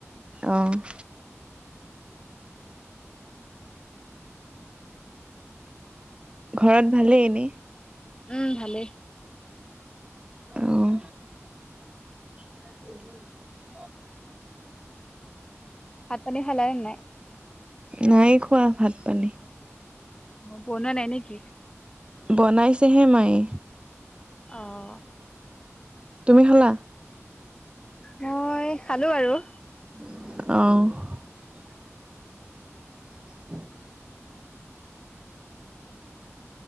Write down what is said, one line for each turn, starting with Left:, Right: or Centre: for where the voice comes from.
Right: অ'।
Left: <unintelligible>
Right: ঘৰত ভালেই এনেই।
Left: উম ভালেই।
Right: অ'। <unintelligible>
Left: ভাত পানী খালা নে নাই?
Right: নাই খোৱা ভাত পানী।
Left: বনুৱা নাই নেকি?
Right: বনাইছেহে মায়ে।
Left: অ'।
Right: তুমি খালা?
Left: মই খালো আৰু।
Right: অ'। <unintelligible>